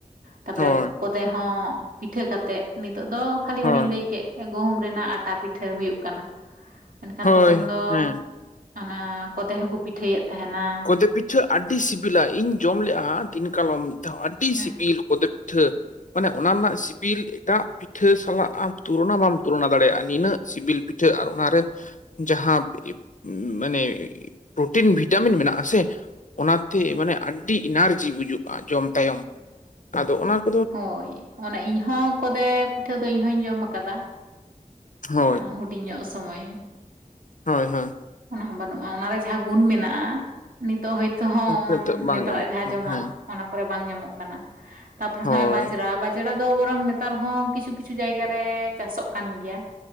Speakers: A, on the right; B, on the left.
A: ᱛᱟᱯᱚᱨᱮ
B: ᱦᱳᱭ
A: ᱠᱚᱫᱮ ᱦᱚᱸ ᱯᱤᱴᱷᱟᱹ ᱠᱟᱛᱮᱫ ᱱᱤᱛᱚᱜ ᱫᱚ ᱠᱷᱟᱹᱞᱤ
B: ᱦᱳᱭ
A: ᱚᱱᱧ ᱞᱟᱹᱭ ᱠᱮᱫ ᱜᱩᱦᱩᱢ ᱨᱮᱱᱟᱜ ᱟᱴᱟ ᱯᱤᱴᱷᱟᱹ ᱯᱤᱷ <unintelligible> ᱦᱩᱭᱩᱜ ᱠᱟᱱᱟ ᱢᱮᱱᱠᱷᱟᱱ
B: ᱦᱳᱭ
A: ᱛᱚᱠᱷᱚᱱ ᱫᱚ
B: ᱦᱮᱸ
A: ᱚᱱᱟ ᱠᱚᱛᱮ ᱦᱚᱸᱠᱚ ᱯᱤᱴᱷᱟᱹᱭᱮᱫ ᱛᱟᱦᱮᱱᱟ ᱾
B: ᱠᱚᱫᱮ ᱯᱤᱴᱷᱟᱹ ᱟᱹᱰᱤ ᱥᱤᱵᱤᱞᱟ ᱤᱧ ᱡᱚᱢ ᱞᱮᱫᱼᱟ ᱫᱤᱱ ᱠᱟᱞᱚᱢ ᱾ ᱟᱹᱰᱤ
A: ᱦᱮᱸ
B: ᱥᱤᱵᱤᱞ ᱠᱚᱫᱮᱯᱴᱷᱟᱹ ᱢᱟᱱᱮ ᱚᱱᱟ ᱨᱮᱱᱟᱜ ᱥᱤᱵᱤᱞ ᱮᱴᱟᱜ ᱯᱤᱴᱷᱟᱹ ᱥᱟᱞᱟᱜ ᱟᱢ ᱛᱩᱞᱚᱱᱟ ᱵᱟᱢ ᱛᱩᱞᱚᱱᱟ ᱫᱟᱲᱮᱭᱟᱜᱼᱟ ᱱᱤᱱᱟᱹᱜ ᱥᱤᱵᱤᱞ ᱯᱤᱴᱷᱟᱹ ᱟᱨ ᱚᱱᱟᱨᱮ ᱡᱟᱦᱟᱸ ᱢᱟᱱᱮᱯᱨᱳᱴᱤᱱ ᱵᱷᱤᱴᱟᱢᱤᱱ ᱢᱮᱱᱟᱜᱼᱟ ᱾ ᱥᱮ ᱚᱱᱟᱛᱮ ᱢᱟᱱᱮ ᱟᱹᱰᱤ ᱮᱱᱟᱨᱡᱤ ᱵᱩᱡᱩᱜᱼᱟ ᱡᱚᱢ ᱛᱟᱭᱚᱢ ᱟᱫᱚ ᱚᱱᱟ ᱾
A: ᱦᱳᱭ ᱚᱱᱟ ᱤᱧᱦᱚᱸ ᱠᱚᱫᱮ ᱯᱤᱴᱷᱟᱹ ᱫᱚ ᱤᱧ ᱦᱚᱧ ᱡᱚᱢ ᱟᱠᱟᱫᱟ
B: ᱦᱳᱭ
A: ᱟ ᱦᱩᱰᱤᱧ ᱧᱚᱜ ᱥᱚᱢᱚᱭ
B: ᱦᱳᱭ ᱦᱳᱭ
A: ᱚᱱᱟ ᱦᱚᱸ ᱵᱟᱹᱱᱩᱜᱼᱟ ᱚᱱᱟᱨᱮ ᱡᱟᱦᱟᱸ ᱜᱩᱱ ᱢᱮᱱᱟᱜᱼᱟ ᱱᱤᱛᱚᱜ ᱦᱚᱳᱭ ᱛᱳ ᱦᱚᱸ
B: ᱱᱤᱛᱚᱜ ᱵᱟᱝ
A: ᱱᱮᱛᱟᱨᱟᱜ
B: ᱧᱟᱢᱚᱜ
A: ᱡᱟᱦᱟᱸ
B: ᱠᱟᱱᱟ
A: ᱡᱚᱢᱟᱜ
B: ᱦᱮᱸ
A: ᱚᱱᱟ ᱠᱚᱨᱮ ᱵᱟᱝ ᱧᱟᱢᱚᱜ ᱠᱟᱱᱟ ᱛᱟᱯᱚᱨᱮ
B: ᱦᱳᱭ
A: ᱱᱚᱜᱼᱚᱭ ᱵᱟᱡᱽᱲᱟ ᱵᱟᱡᱽᱲᱟ ᱫᱚ ᱵᱚᱨᱚᱝ ᱱᱮᱛᱟᱨ ᱦᱚᱸ ᱠᱤᱪᱷᱩ ᱠᱤᱪᱷᱩ ᱡᱟᱭᱜᱟ ᱨᱮ ᱪᱟᱥᱚᱜ ᱠᱟᱱ ᱜᱮᱭᱟ